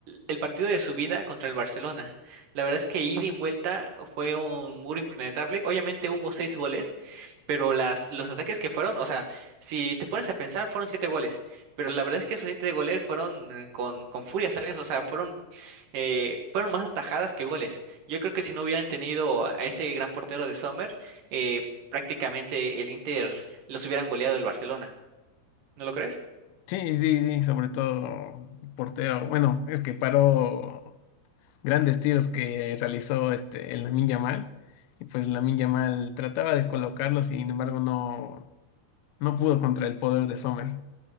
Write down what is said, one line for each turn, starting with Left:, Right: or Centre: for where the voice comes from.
Right: el partido de su vida contra el Barcelona. La verdad es que ida y vuelta fue un muro impenetrable. Obviamente hubo seis goles, pero las, los ataques que fueron, o sea, si te pones a pensar, fueron siete goles, pero la verdad es que esos siete goles fueron eh, con, con furia, ¿sabes? O sea, fueron, eh, fueron más atajadas que goles. Yo creo que si no hubieran tenido a ese gran portero de Sommer, eh, prácticamente el Inter los hubieran goleado del Barcelona, ¿no lo crees?
Left: Sí, sí, sí, sobre todo portero. Bueno, es que paró. grandes tiros que realizó este, el Lamine Yamal. Y pues Lamine Yamal trataba de colocarlo, sin embargo, no, no pudo contra el poder de Sommer.